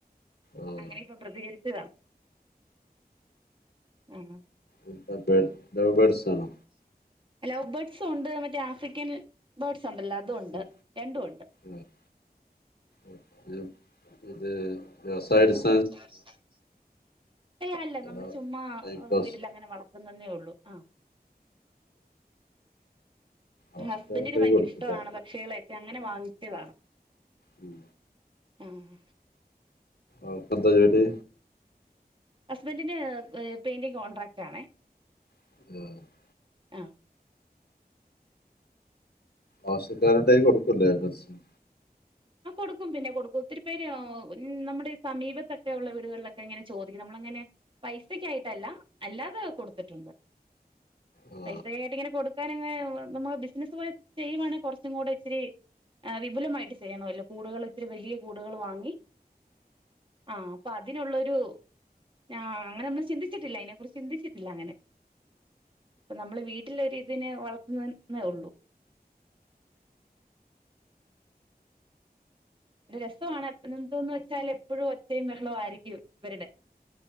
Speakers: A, on the left (about 80°); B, on the right (about 30°).
A: ആ
B: അങ്ങനെ ഇപ്പം പ്രതികരിച്ചതാ ഉം
A: എന്താ <unintelligible> ലൗ ബേർഡ്സ് ആണോ?
B: ലൗ ബേഡ്സും ഉണ്ട്. മറ്റേ ആഫ്രിക്കൻ ബേർഡ്സ് ഉണ്ടല്ലോ. അതും ഉണ്ട്
A: ഉം
B: രണ്ടും ഉണ്ട്
A: ആഹ് ആഹ് <unintelligible> ഇത് വ്യവസായടിസ്
B: <unintelligible> ഏയ് അല്ല
A: അതോ
B: നമ്മള് ചുമ്മാ
A: ടൈം പാസ്
B: വീട്ടിലങ്ങനെ വളർ ത്തുന്നന്നേ ഉള്ളൂ. ആഹ്
A: ആവശ്യക്കാരുടെ
B: ഹസ്ബൻഡിന് ഭയങ്കര
A: കൊടുക്കൂല്ലേ
B: ഇഷ്ടമാണ് പ ക്ഷികളെ ഒക്കെ അങ്ങനെ വാങ്ങിച്ചതാണ്.
A: ഉം
B: ആഹ്
A: ആൾക്ക് എന്താ പരിപാടി
B: ഹസ്ബന്റിന് പെയ്ന്റിംങ് കോൺട്രാക്റ്റാണേ
A: <unintelligible>
B: അഹ്
A: ആവശ്യക്കാരൻ ടൈം എടുക്കുല്ലെ ബസ്സിന്
B: ആഹ് കൊട്ക്കും പിന്നെ കൊട്ക്കും ഒത്തിരി പേര് നമ്മുടെ സമീപത്തെക്കെ ഉള്ള വീട്കളിലെക്ക ഇങ്ങനെ ചോദിക്കും നമ്മള് ഇങ്ങനെ പൈസക്കായ്ട്ടല്ല അല്ലാതെ കൊടുത്തിട്ടുണ്ട്
A: ആ
B: പൈസയായിട്ട് ഇങ്ങന കൊട്ക്കാനങ്ങ് നമ്മൾ ബിസ്നസ് പോലെ ചെയ്യുവാണെ കൊറച്ചും കൂട ഇച്ചിരി എഹ് വിപുലമായ്ട്ട് ചെയ്യണവല്ലോ കൂടുകള് ഇത്തിരി വലീയ കൂടുകള് വാങ്ങി ആഹ് അപ്പ അതിനൊള്ളൊരു ഞാഹ് അങ്ങന അമ്മള് ചിന്തിച്ചിട്ടില്ല അയ്നെ കുറിച്ച് ചിന്തിച്ച്‌ ഇല്ല അങ്ങനെ അപ്പ നമ്മള് വീട്ടിലൊര് ഇതിനെ വളർത്തുന്നന്നേ ഉള്ളൂ രസവാണ് എപ് എന്തോന്ന് വെച്ചാല് എപ്പഴും ഒച്ചയും ബെഹളവു ആരിക്കും ഇവര്ടെ